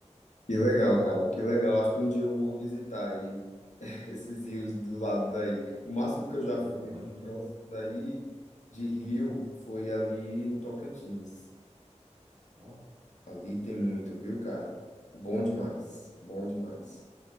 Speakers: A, on the left (about 80°); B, on the right (about 45°).
A: que legal, cara. Que legal. Acho que um dia eu vou visitar aí <laughs> esses rios do lado daí. O máximo que eu já
B: Ô,
A: fui
B: pode vir.
A: próximo daí de rio foi ali no Tocantins.
B: Ó,
A: Ali tem muito, viu, cara? Bom demais, bom demais.